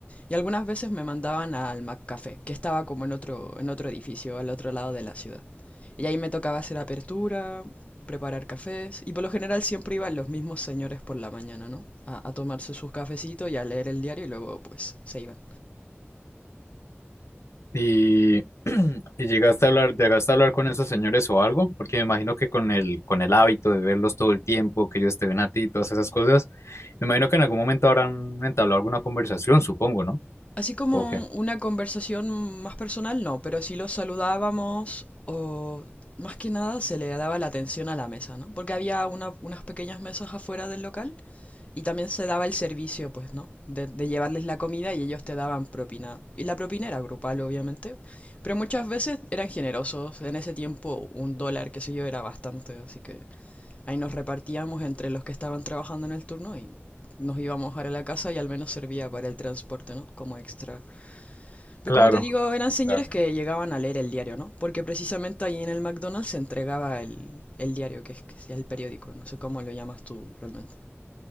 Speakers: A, on the left; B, on the left.
A: Y algunas veces me mandaban al McCafé, que estaba como en otro, en otro edificio, al otro lado de la ciudad. Y ahí me tocaba hacer apertura, preparar cafés, y por lo general siempre iban los mismos señores por la mañana, ¿no? A, a tomarse sus cafecitos y a leer el diario y luego pues se iban.
B: Y, <clears throat> y llegaste a hablar, llegaste a hablar con esos señores o algo, porque me imagino que con el, con el hábito de verlos todo el tiempo, que ellos te ven a ti, todas esas cosas, me imagino que en algún momento habrán entablado alguna conversación, supongo, ¿no?
A: Así como
B: ¿O qué?
A: una conversación más personal, no, pero sí los saludábamos o más que nada se le daba la atención a la mesa, ¿no? Porque había una- unas pequeñas mesas afuera del local y también se daba el servicio, pues, ¿no? De, de llevarles la comida y ellos te daban propina. Y la propina era grupal, obviamente, pero muchas veces eran generosos. En ese tiempo un dólar, qué sé yo, era bastante, así que Ahí nos repartíamos entre los que estaban trabajando en el turno y nos íbamos ahora a la casa y al menos servía para el transporte, ¿no? Como extra. Pero
B: Claro.
A: como te digo, eran señores
B: Claro.
A: que llegaban a leer el diario, ¿no? Porque precisamente ahí en el McDonald's se entregaba el, el diario, que es que sea el periódico, no sé cómo lo llamas tú realmente.